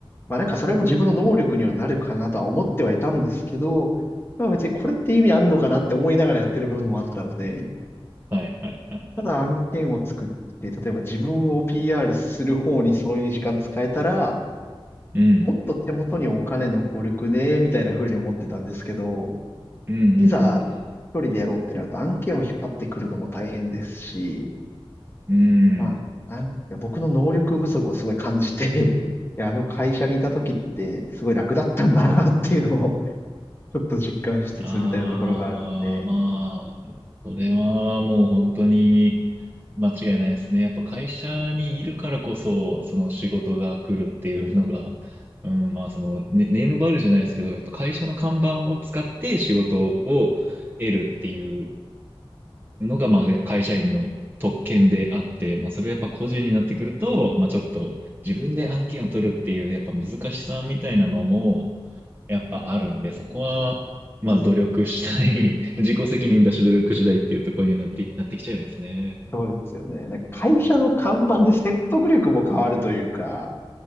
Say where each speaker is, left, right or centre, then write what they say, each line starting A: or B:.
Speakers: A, on the left (about 25°); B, on the right (about 20°).
A: まあなんかそれも自分の能力にはなるかなとは思ってはいたんですけど、まあ別にこれって意味あんのかなって思いながらやってる部分もあったので、
B: はいはいはい。
A: ただ案件を作って、例えば自分を PR する方にそういう時間使えたら、
B: うん。
A: もっと手元にお金残るくね、みたいな風に思ってたんですけど、
B: うんうんうん
A: いざ一人でやろうってなると案件を引っ張ってくるのも大変ですし、
B: うん。うん。
A: まあ、なんていうか、僕の能力不足をすごい感じて、いや、あの会社にいた時ってすごい楽だったんだなっていうのをちょっと実感しつつみたいなところがあるので、
B: ああ、まあ、それはもう本当に間違いないですね。やっぱ会社にいるからこそ、その仕事が来るっていうのが、うん、まあそのネ、ネームバリューじゃないですけど、やっぱ会社の看板を使って仕事を得るっていうのが、まあやっぱ会社員の特権であって、まあそれはやっぱ個人になってくると、まあちょっと自分で案件を取るっていう、やっぱ難しさみたいなのも、やっぱあるんで、そこは、まあ努力次第、
A: そうです。
B: <laughs> 自己責任だし努力次第っていうところになって、なってきちゃいますね。
A: そうですよね。なんか会社の看板で説得力も変わるというか、